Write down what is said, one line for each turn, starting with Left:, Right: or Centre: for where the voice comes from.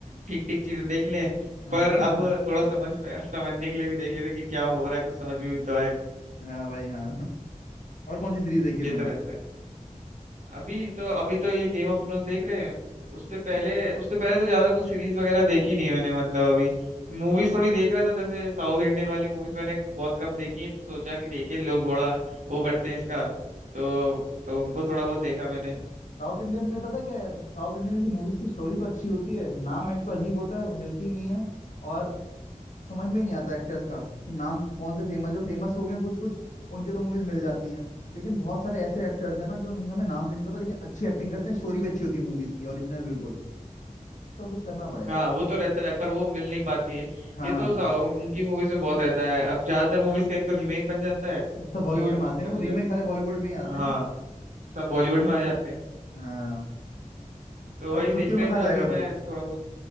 Right: ठीक ठीक चीजें देख लें
Left: हाँ
Right: पर
Left: हाँ
Right: अब थोड़ा समझ में समझने के लिए भी देख लेते कि क्या हो रहा है कुछ समझ में भी तो आए
Left: हाँ भाई हाँ और कौन सी सीरीज देखी
Right: ये
Left: तूने
Right: तो रहता है अभी तो अभी तो ये गेम ऑफ थ्रोन्स देख रहे हैं उससे पहले
Left: हाँ
Right: उससे पहले तो ज्यादा कुछ सीरीज वगैरह देखी नहीं मैंने मतलब अभी मूवीज थोड़ी देख रहा था जैसे साउथ इंडियन वाली मूवीज मैंने बहुत कम देखी हैं, तो सोचा कि देखें लोग बड़ा वो करते हैं इसका तो तो उनको थोड़ा बहुत देखा मैंने
Left: साउथ इंडियंस में पता है क्या यार साउथ इंडियन की मूवीज की स्टोरी तो अच्छी होती है नाम एक तो अजीब होता है मिलती नहीं है और समझ में ही नहीं आता एक्टर्स का कि नाम कौन से फेमस जो फेमस हो गए हैं कुछ कुछ उनके तो मूवीज मिल जाती हैं लेकिन बहुत सारे ऐसे एक्टर्स हैं ना जो उनका हमें नाम भी नहीं पता लेकिन अच्छी एक्टिंग करते हैं स्टोरी भी अच्छी होती है मूवीज की ओरिजिनल बिल्कुल उसका कुछ करना पड़ेगा
Right: हाँ वो तो रहता है पर वो मिल नहीं पाती है
Left: हाँ
Right: ये तो सा- उनकी मूवीज में बहुत रहता है अब ज्यादातर मूवीज का एक तो रीमेक बन जाता है
Left: सब सब बॉलीवुड
Right: तो और
Left: में
Right: दिक्कत
Left: आते हैं वो
Right: हो
Left: रीमेक
Right: जाती है
Left: सारे बॉलीवुड में ही आते
Right: हाँ
Left: हैं
Right: सब बॉलीवुड में आ जाते हैं
Left: हाँ
Right: तो
Left: और
Right: वही देख
Left: छुट्टियों
Right: रहे
Left: में कहाँ
Right: था
Left: जाएगा
Right: अभी मैं
Left: तू
Right: थोड़ा बहुत